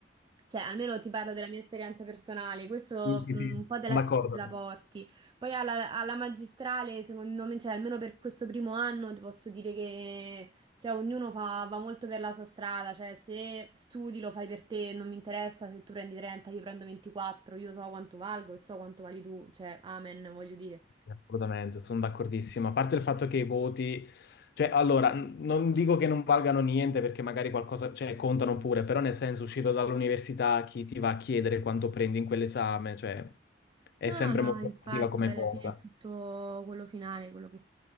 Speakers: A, on the right; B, on the left.
A: Cioè, almeno ti parlo della mia esperienza personale, questo
B: Sì, sì,
A: mh,
B: sì,
A: un po' te
B: sono
A: la, te
B: d'accordo.
A: la porti. Poi alla, alla magistrale, secondo me, cioè, almeno per questo primo anno, ti posso dire che cioè, ognuno fa- va molto per la sua strada. Cioè, se studi lo fai per te, non mi interessa se tu prendi 30, io prendo 24, io so quanto valgo e so quanto vali tu. Cioè, amen, voglio dire.
B: Assolutamente, sono d'accordissimo. A parte il fatto che i voti, cioè, allora, n- non dico che non valgano niente perché magari qualcosa, cioè, contano pure, però nel senso, uscito dall'università, chi ti va a chiedere quanto prendi in quell'esame, cioè, è
A: No,
B: sempre
A: no,
B: molto
A: infatti,
B: relativa come
A: poi alla
B: cosa.
A: fine è tutto quello finale, quello che,